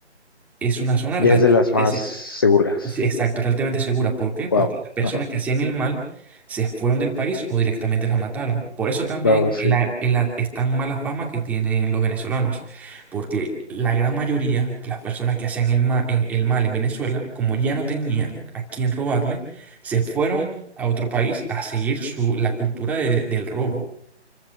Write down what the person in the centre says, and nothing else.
es una zona Ujú.
relativamente
Sí, Exacto, realmente segura. ¿Por qué? Porque
las personas
que hacían el mal se fueron del país o directamente las mataron. Por eso también
es la- es la- es tan mala fama que tienen los venezolanos. Porque la gran mayoría de las personas que hacían el ma- en- el mal en Venezuela, como ya no tenían a quién robarle, se fueron a otro país a seguir su, la cultura de- del robo.